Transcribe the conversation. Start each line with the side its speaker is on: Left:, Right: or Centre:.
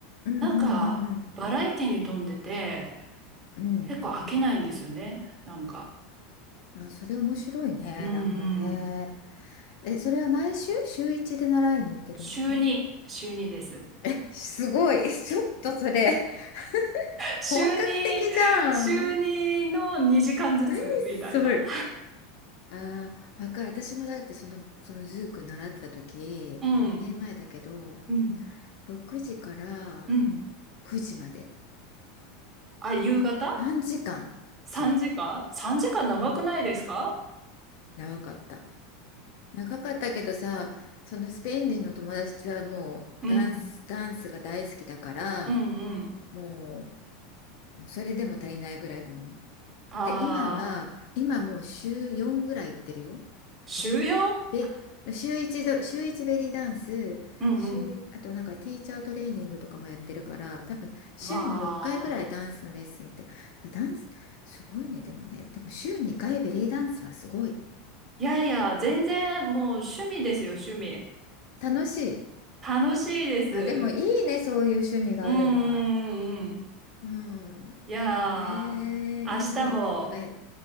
Left: うんうんうん
Right: なんかバラエティに富んでて
Left: うん
Right: 結構飽きないんですよね、なんか。
Left: うんあそれ面白いねなんかね
Right: うんうん。
Left: えそれは毎週週一で習いに行ってるの
Right: 週2、週2です。
Left: え、すごい。え、ちょっとそれ <laughs>
Right: 週に、
Left: 本格的じゃん。
Right: 週にの2時間ずつみたいな。
Left: 何それ。ああ、わかる。私もだってその、そのズーク習ってた時、
Right: うん、
Left: まあ、2年前だけど、
Right: うん、
Left: 6時から
Right: うん。
Left: 9時まで。
Right: あ、夕方
Left: 3時間。
Right: ?3
Left: そう。
Right: 時間 ?3 時間長くないですか
Left: うん長かった。長かったけどさ、そのスペイン人の友達はもうダンス、
Right: うん、
Left: ダンスが大好きだから、
Right: うん、うん。
Left: もう、もうそれでも足りないぐらいだもん。
Right: ああ、
Left: で、今は、今もう週4ぐらい行ってるよ。
Right: 週
Left: いろん
Right: 4?
Left: で、週1ど、週1ベリーダンス、
Right: うん、
Left: 週いあとなんかティーチャートレーニングとかもやってるから、
Right: うん。
Left: 多分週に4回ぐらいダンスのレッスン行ってる。
Right: うわあ。
Left: だからダンス、すごいね、でもね、でも週2回ベリーダンスはすごい。
Right: いやいや、全然もう趣味ですよ、趣味。
Left: 楽しい。
Right: 楽しいで
Left: あ、でもいいね、
Right: す。
Left: そういう趣味があるのは。
Right: うん、うん、うん。うん
Left: うん。
Right: いやー、
Left: えー、いい。
Right: 明日も、
Left: だから、